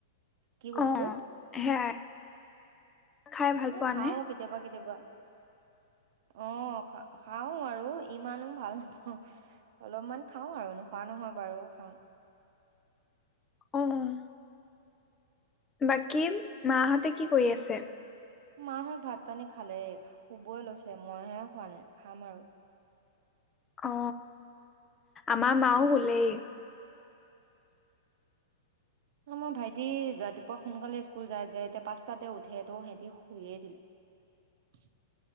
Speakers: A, on the right; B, on the left.
A: কি বস্তু
B: অ সেয়াই খাই ভাল
A: এ
B: পোৱা
A: খাও
B: নে
A: কেতিয়াবা কেতিয়াবা অ খা খাও আৰু ইমানো ভাল নাপাওঁ অলপমান খাও আৰু নোখোৱা নহয় বাৰু খাওঁ
B: অম বাকী মাহঁতে কি কৰি আছে
A: মাহত ভাত পানী খালেই শুবই লৈছে মইহে খোৱা নাই খাম আৰু
B: অ আমাৰ মাও হোঁলেই
A: উম মই ভাইটি ৰাতিপুৱা সোনকালে স্কুল যায় যে এতিয়া পাঁচটাতে উঠে টো সিহতি শুইয়ে দিলে